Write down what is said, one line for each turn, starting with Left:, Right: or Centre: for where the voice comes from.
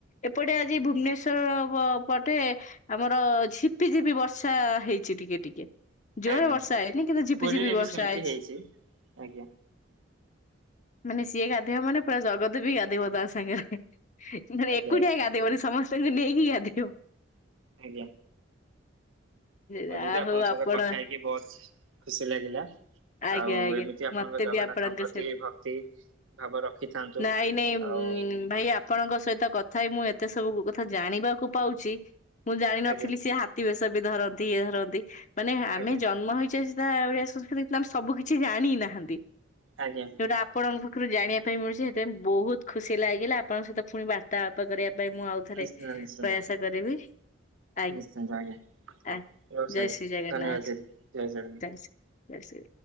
Left: ଏପଟେ ଆଜି ଭୁବନେଶ୍ଵ ବ ପଟେ ଆମର ଝିପି, ଝିପି ବର୍ଷା ହେଇଛି ଟିକେ, ଟିକେ ଜୋରେ
Right: ଆଜ୍ଞା
Left: ବର୍ଷା ହେଇନି କିନ୍ତୁ ଝିପିଝିପି
Right: ପୁରୀରେ
Left: ବର୍ଷା
Right: ବି ସେମିତି
Left: ହେଇଛି।
Right: ଆଜ୍ଞା
Left: ମାନେ ସିଏ ଗାଧେଇବ ମାନେ ପୁରା ଜଗତ ବି ଗାଧେଇବ ତା ସାଙ୍ଗରେ। ମାନେ
Right: ଆଜ୍ଞା
Left: ଏକୁଟିିଆ
Right: ଆଜ୍ଞା
Left: ଗାଧେଇବନି ସମସ୍ତଙ୍କୁ ନେଇକି ଗାଧେଇବ।
Right: ଆଜ୍ଞା। ହୋଉ
Left: ଯା
Right: ଦିଦି ଆପଣଙ୍କ
Left: ହଉ
Right: ସହିତ
Left: ଆପଣ
Right: କଥା ହେଇକି ବୋହୁତ୍ ଖୁସି ଲାଗିଲା।
Left: ଆଜ୍ଞା
Right: ଆଉ
Left: ଆଜ୍ଞା
Right: ଏମିତି ଆପଣଙ୍କ
Left: ମତେ
Right: ଜଗନ୍ନାଥଙ୍କ
Left: ବି ଆପଣଙ୍କ
Right: ପ୍ରତି
Left: ସହିତ
Right: ଭକ୍ତି ଭାବ ରଖିଥାନ୍ତୁ
Left: ନାଇଁ ନାଇଁ
Right: ଆଉ
Left: ଭାଇ ଆପ ଆପଣଙ୍କ ସହିତ କଥା ହେଇ ମୁଁ ଏତେ ସବୁ କଥା ଜାଣିବାକୁ ପାଉଛି। ମୁଁ ଜାଣିନଥିଲି
Right: ଆଜ୍ଞା
Left: ସେ ହା ଟି ବେଶ ବି ଧରନ୍ତି, ଇଏ ଧରନ୍ତି ମାନେ ଆମେ
Right: ଆଜ୍ଞା
Left: ଜନ୍ମ ହେଇଛେ ସିଧା ଓଡିଆ ସଂସ୍କୃତି ମ୍ୟାମ୍ ସବୁ କିଛି ଜାଣି ନାହାନ୍ତି।
Right: ଆଜ୍ଞା
Left: ଯୋଉଟା ଆପଣଙ୍କ ପାଖରୁ ଜାଣିବା ପାଇଁ ମିଳୁଛି, ସେଥିପାଇଁ ବୋହୁତ୍ ଖୁସି ଲାଗିଲା। ଆପଣଙ୍କ ସହିତ ଫୁଣି ବାର୍ତାଳାପ କରିବା ପାଇଁ ମୁଁ ଆଉ ଥରେ
Right: ନିଶ୍ଚିନ୍ତ ନିଶ୍ଚିନ୍ତ
Left: ପ୍ରୟାସ କରିବି। ଆ,
Right: ନିଶ୍ଚିନ୍ତ ଆଜ୍ଞା। ହଉ
Left: ଆ
Right: ରହୁଛି
Left: ଜୟ
Right: ଆଜ୍ଞା
Left: ଶ୍ରୀ ଜଗନ୍ନାଥ।
Right: ଧନ୍ୟବାଦ ଦିଦି ଜଗନ୍ନାଥ।
Left: ଜୟ ଶ୍ରୀ ଜୟ ଶ୍ରୀ